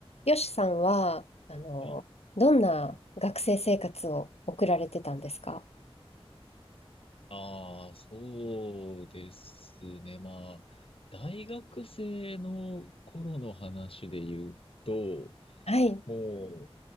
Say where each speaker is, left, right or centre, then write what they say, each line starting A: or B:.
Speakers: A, on the left; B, on the left.
A: よしさんは、あの、
B: はい。
A: どんな学生生活を送られてたんですか
B: ああ、そうですね。まあ、大学生の頃の話で言うと、
A: はい。
B: も